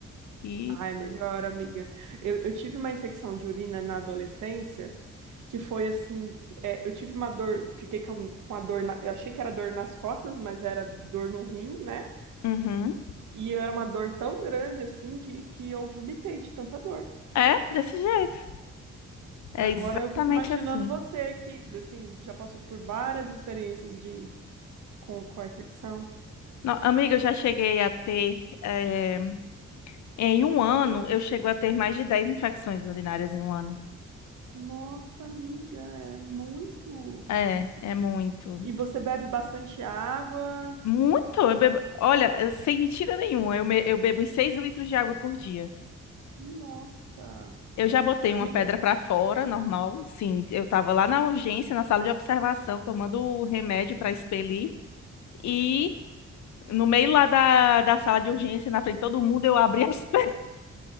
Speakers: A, on the left; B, on the right.
A: E
B: Ai, melhor, amiga. Eu, eu tive uma infecção de urina na adolescência que foi assim, é, eu tive uma dor, fiquei com, com a dor, na- eu achei que era dor nas costas, mas era dor no rim, né?
A: Uhum.
B: E era uma dor tão grande assim que, que eu vomitei de tanta dor.
A: É desse jeito. É
B: Agora
A: exatamente
B: eu fico imaginando
A: assim.
B: você que assim já passou por várias experiências de com, com a infecção.
A: No- amiga, eu já cheguei a ter, eh, em um ano, eu chego a ter mais de 10 infecções urinárias em um ano.
B: Nossa, amiga, é muito.
A: É, é muito.
B: E você bebe bastante água.
A: Muito? Eu bebo... Olha, sem mentira nenhuma, eu, me- eu bebo uns 6 litros de água por dia.
B: Nossa.
A: Eu já botei
B: Amiga,
A: uma pedra pra fora, normal, sim. Eu tava lá na urgência, na sala de observação, tomando o remédio pra expelir. E no meio lá da, da sala de urgência, na frente de todo mundo, eu abri as <laughs> pernas